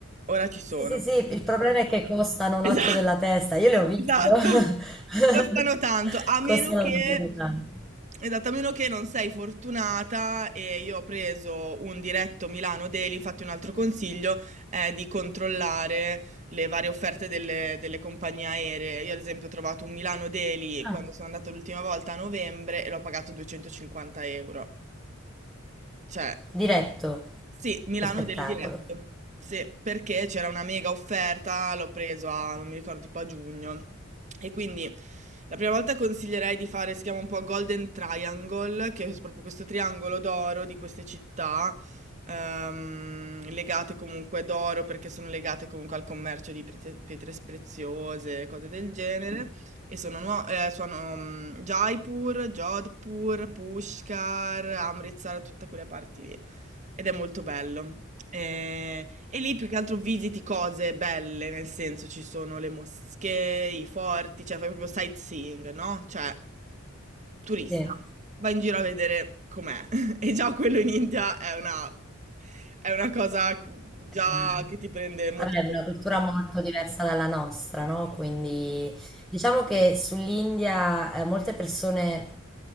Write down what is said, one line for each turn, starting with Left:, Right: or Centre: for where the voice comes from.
Right: Ora ci sono.
Centre: Sì, sì, sì, il problema è che costano un
Right: Esatto,
Centre: occhio della testa, io le ho viste,
Right: esatto.
Centre: <laughs>
Right: Costano tanto, a meno
Centre: costano
Right: che
Centre: davvero tanto.
Right: esatto, a meno che non sei fortunata e io ho preso un diretto Milano Daily, infatti un altro consiglio è di controllare le varie offerte delle, delle compagnie aeree. Io ad esempio ho trovato un Milano Daily
Centre: Ah,
Right: quando sono andata l'ultima volta a novembre e l'ho pagato 250 euro. Cioè,
Centre: diretto,
Right: sì, Milano
Centre: che spettacolo.
Right: Daily Diretto. Sì, perché c'era una mega offerta, l'ho preso a, non mi ricordo, tipo a giugno. E quindi la prima volta consiglierei di fare, si chiama un po' Golden Triangle, che è proprio questo triangolo d'oro di queste città, ehm, legate comunque d'oro perché sono legate comunque al commercio di prete- pietre preziose, cose del genere. E sono, nuo- eh, sono mm, Jaipur, Jodhpur, Pushkar, Amritsar, tutte quelle parti lì. Ed è molto bello. Eh, E, lì più che altro visiti cose belle, nel senso ci sono le moschee, i forti, cioè fai proprio sightseeing, no? Cioè, turista,
Centre: Sì.
Right: vai in giro a vedere com'è. <laughs> E già quello in India è una, è una cosa già
Centre: Eh,
Right: che ti prende molto
Centre: Vabbè,
Right: tempo.
Centre: è una cultura molto diversa dalla nostra,
Right: Mm-mm.
Centre: no? Quindi diciamo che sull'India eh, molte persone